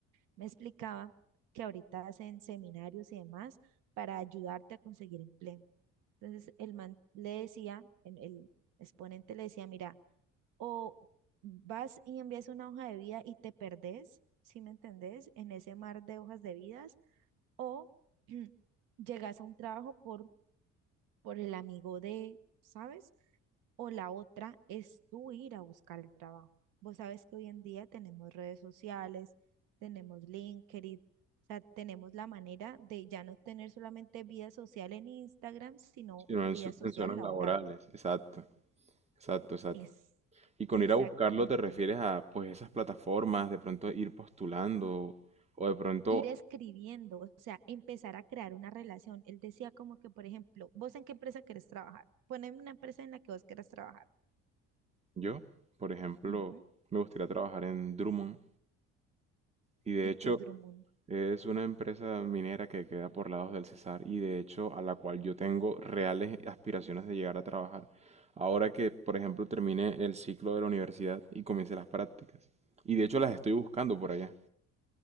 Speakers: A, on the right; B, on the right.
A: me explicaba que ahorita hacen seminarios y demás para ayudarte a conseguir empleo. Entonces, el man le decía, el el exponente le decía, mira, o vas y envías una hoja de vida y te perdés, si me entendés? En ese mar de hojas de vidas, o <clears throat> llegas a un trabajo por, por el amigo de, ¿sabes? O la otra es tú ir a buscar el trabajo. Vos sabes que hoy en día tenemos redes sociales, tenemos LinkedIn, o sea, tenemos la manera de ya no tener solamente vida social en Instagram, sino
B: sino en,
A: vida
B: su-
A: social
B: en zonas
A: laboral.
B: laborales. Exacto, exacto, exacto.
A: Es
B: Y con
A: exactamente.
B: ir a buscarlo te refieres a pues esas plataformas, de pronto ir postulando o de pronto
A: ir escribiendo, o sea, empezar a crear una relación. Él decía como que, por ejemplo, ¿vos en qué empresa querés trabajar? Poneme una empresa en la que vos querés trabajar.
B: yo, por ejemplo,
A: Ujú.
B: me gustaría trabajar en Drummond y de
A: ¿Y
B: hecho
A: qué es Drummond?
B: es una empresa minera que queda por lados del Cesar y de hecho a la cual yo tengo reales aspiraciones de llegar a trabajar. Ahora que, por ejemplo, termine el ciclo de la universidad y comience las prácticas. Y de hecho las estoy buscando por allá.